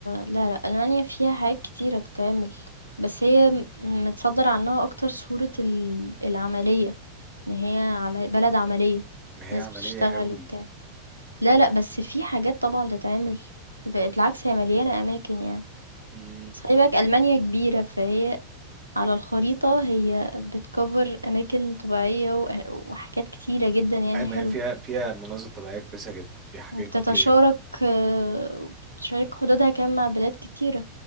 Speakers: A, on the right; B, on the right.
A: لا، لأ، ألمانيا فيها حاجات كتيرة تتعمل، بس هي م متصدَّر عنها أكتر صورة ال العملية، إن هي عم بلد عملية،
B: ما هي
A: ناس
B: عملية
A: بتشتغل
B: قوي
A: وبتاع. لا، لأ، بس في حاجات طبعًا تتعمل، ب بالعكس هي مليانة أماكن يعني،
B: امم
A: بس خلّي بالك ألمانيا كبيرة، فهي على الخريطة هي بتcover أماكن طبيعية وأ وحاجات كتيرة جدًا يعني
B: أي ما
A: حلوة،
B: هي فيها فيها مناظر طبيعية كويسة جدا فيها حاجات
A: وبتتشارك
B: كتير قوي.
A: آه، وبتشارك حدودها كمان مع بلاد كتيرة.